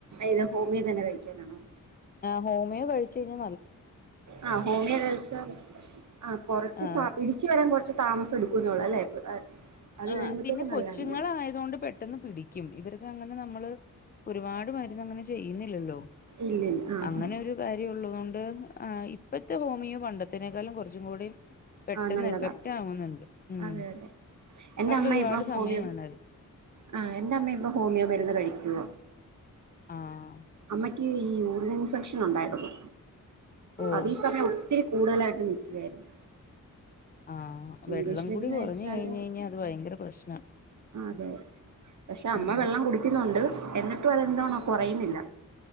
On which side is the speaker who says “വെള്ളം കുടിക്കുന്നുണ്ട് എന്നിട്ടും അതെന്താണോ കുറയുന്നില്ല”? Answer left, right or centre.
Right